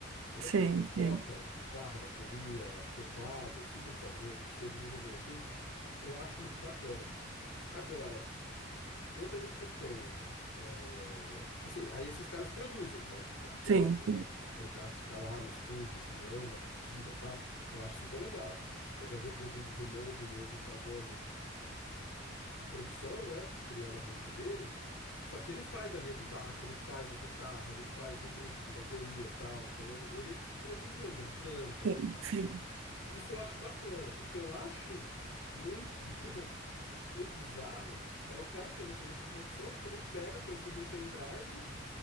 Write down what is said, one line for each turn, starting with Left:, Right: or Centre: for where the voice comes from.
Left: Quando
Right: Sim,
Left: a pessoa toca
Right: sim,
Left: guitarra, bateria, teclado, sintetizador, que seja, qualquer coisa assim, eu acho muito bacana. Agora, quando a gente tem. é, assim, aí esses caras produzem, então eu acho
Right: sim,
Left: ótimo, né? Quando o cara fica lá no estúdio criando a batida e tal, eu acho super legal. Eu já vi alguns vídeos no Mob mesmo fazendo a produção, né? Criando a música dele. Só que ele faz a linha de baixo, ele faz a guitarra, ele faz o loop de bateria, e tal. Então ele, ele que produz mesmo, ele canta.
Right: sim. sim.
Left: Isso eu acho bacana. O que eu acho muito, <laughs> muito bizarro é o cara fazer toda essa produção, depois ele pega, põe tudo num pendrive,